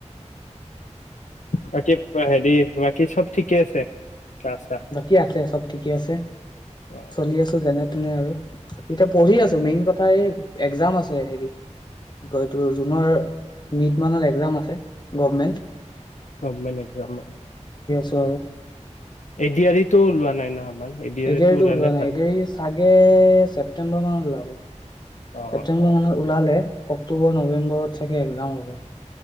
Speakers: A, on the left (about 75°); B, on the left (about 35°).
A: বাকী হেৰি বাকী চব ঠিকে আছে গা চা
B: বাকী আছে চব ঠিকে আছে
A: অ
B: চলি আছো যেনে তেনে আৰু এতিয়া পঢ়ি
A: অ
B: আছো মেইন কথা এই এক্সজাম আছে হেৰিত কি কয়টো জুনৰ মিড মানত এক্সজাম আছে গভমেন্ট
A: অ মনেকে আম
B: ছৰ
A: এডি আাৰতো ওলোৱা নাই ন আমাৰ ডি
B: এ
A: আৰ ই
B: দেৰিতো
A: টো ওলালে
B: ওলোৱা নাই
A: ভাল
B: এ দেউৰি চাগে ছেপটেম্বৰ মানত ওলাব
A: অ
B: ছেপ্তেম্বৰ
A: অ
B: মানত ওলাল অক্টোবৰ নৱেম্বৰত চাগে এক্সজাম হ'ব